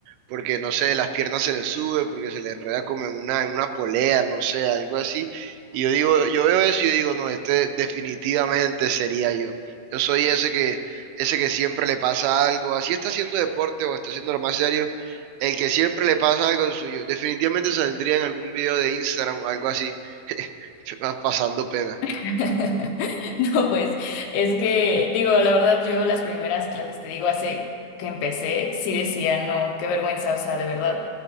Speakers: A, on the right (about 85°); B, on the left (about 80°).
A: porque no sé, las piernas se les sube, porque se les enreda como en una, en una polea, no sé, algo así. Y yo digo, yo veo eso y yo digo, no, este definitivamente sería yo. Yo soy ese que, ese que siempre le pasa algo, así está haciendo deporte o está haciendo lo más serio, el que siempre le pasa algo suyo. Definitivamente saldría en algún video de Instagram o algo así, <laughs> pasando pena.
B: <laughs> <laughs> No, pues es que, digo, la verdad, yo las primeras clases, te digo, hace que empecé, sí decía, no, qué vergüenza, o sea, de verdad,